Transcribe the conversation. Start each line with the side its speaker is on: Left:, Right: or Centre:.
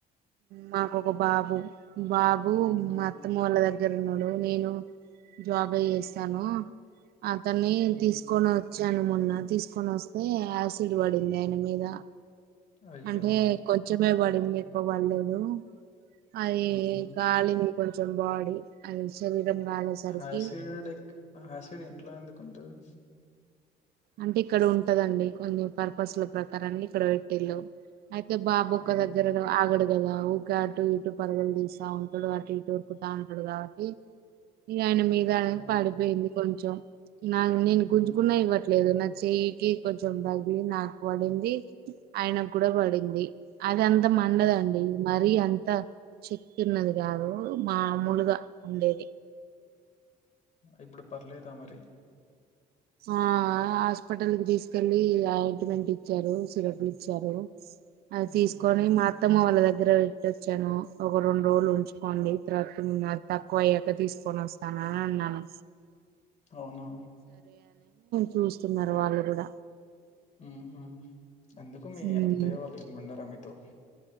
Right: మాకు ఒక బాబు బాబు
Left: మ్మ్
Right: మా అత్తమ్మ వాళ్ళ దగ్గర దగ్గర ఉన్నాడు నేను జాబ్ అ చేేస్తాను అతన్ని
Left: మ్మ్
Right: తీసుకొని కొచ్చాను మొన్న తీసుకొని వస్తే యాసిడ్ పడింది ఆయన మీద
Left: అయ్యో
Right: అంటే కొంచమే
Left: ఓకే
Right: పడింది ఎక్కువ పడలేదు అది
Left: మ్హూ
Right: గాలిని కొంచెం బాడీ అది శరీరం కాలేసరికి
Left: హాసిడ్ ఎ ఆసిడ్ ఇంట్లో ఎందుకు ఉంటది
Right: అంటే ఇక్కడ ఉంటదండి కొన్ని పర్పస్ల ప్రకారన్ని ఇక్కడ పెట్టిళు అయితే బాబు ఒక
Left: మ్మ్
Right: దగ్గర ఆగడు ఊరిక అటు ఇటు పరగులు తీస్తా ఉంటాడు అటు ఇటు ఊక్కుతా ఉంటాడు కాబట్టి ఆయన మీద
Left: అవును
Right: పడిపోయింది కొంచెం నా నేను
Left: మ్మ్
Right: గుంజుకున్నా ఇవ లేదు నా చెయ్యికి కొంచెం తగిలి నాకు పడింది ఆయనకు కూడ పడింది అది అంత మండదండి
Left: అయ్
Right: మరీ అ అంత శక్తి ఉన్నది కాదు మా ముూలుగా ఉండేది
Left: ఇప్పుడు పర్లేదా మరి
Right: ఆ హాస్పిటల్ కి తీసుకెల్లి అపాయింట్మెంట్ ఇచ్చారు సిరప్లు ఇచ్చారు అది తీసుకొని
Left: ఉహు
Right: మ అత్త దగ్గర పెట్టోచ్చాను ఒక రెండు రోజులు ఉంచుకోండి తర్వాత తక్కువ అయ్యాక తీసుకోని వ సన ఉన్నాను
Left: అవున
Right: చూస్తున్నారు వాళ్ళు గుడ
Left: ఉహు అందుకు మీ
Right: ఉమ్
Left: అత్తయ్య వాళ్ళు ఇట్లు ఉండర మీతో